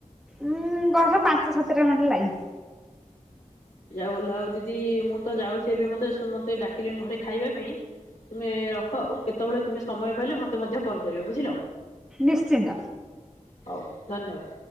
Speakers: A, in the centre; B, on the left (about 80°).
A: ଉଁ ଗଛ ପାଞ୍ଚ ସାତଟା ଖଣ୍ଡେ ଲାଗିଛି।
B: ଯାଉ ବଲ ଆଉ ଦିଦି ମୁଁ ତ ଯାଉଛି ଏବେ, ମତେ ସମତେ ଡାକିଲେଣି ଘରେ ଖାଇବା ପାଇଁ। ତୁମେ ରଖ, ଆଉ କେତେବେଳେ ତୁମେ ସମୟ ପାଇଲେ ମ ତେ ମଧ୍ୟ କଲ୍ କରିବ ବୁଝିଲ,
A: ନିଶ୍ଚିନ୍ତ।
B: ହଉ ଧନ୍ୟବାଦ।